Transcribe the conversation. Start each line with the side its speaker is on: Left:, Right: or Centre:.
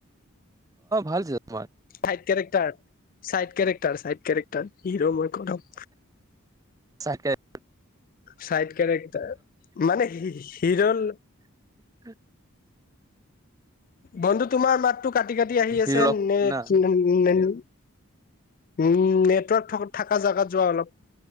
Right: ভাল হৈছে তোমাৰ।
Left: Side character side character side character hero মই কৰম।
Right: চাকেত।
Left: চাইড কেৰেক্টাৰ মানে হিৰল
Right: <inaudible>
Left: বন্ধু তোমাৰ মাততটো কাটি কাটি আহি আছে
Right: হিৰ
Left: নে
Right: না
Left: উ উম নেটৱৰ্ক থ থকা জোগাত যোৱা অলপ।